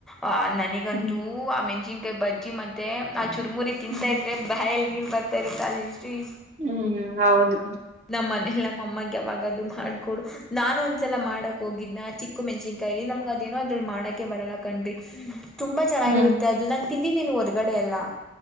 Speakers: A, in the centre; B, on the right (about 35°).
A: ಆ ನನಗಂತೂ
B: ಹ್ಮ್
A: ಆ ಮೆಣ್ಸಿನ್ಕಾಯಿ ಬಜ್ಜಿ ಮತ್ತ <inaudible> ಚುರ್ಮುರಿ ತಿಂತಾ
B: ಹ್ಮ್
A: ಇದ್ರೆ ಬಾಯ ನೀರು ಬರ್ತ ಇರುತ್ತ ಈ
B: ಹ್ಮ್ ಹೌದು
A: ನಮ್ಮ್ ಮನೇಲಿ ನಮ್ಮಅಮ್ಮಗೆ ಯಾವಾಗದುೂ ಮಾಡಕೊಡು ನಾನು ಒಂದ್ಸಲ ಮಾಡಕ್ ಹೋಗಿದ್ನ ಚಿಕ್ಕು ಮೆಣ್ಸಿನ್ಕಾಯಿಲಿ ನಮ್ಗ ಅದೇನೋ ಅದ್ರಲ್ಲಿ ಮಾಡಕೆ ಬರಲ್ಲ ಕಣ್ರಿ ತುಂಬಾ ಚೆನ್ನಾಗಿರುತ್ತೆ
B: ಹ್ಮ್
A: ಅದು ನನ್ನ ತಿಂದಿದ್ದೀ ನೀ ಹೊರ್ಗಡೆ ಎಲ್ಲ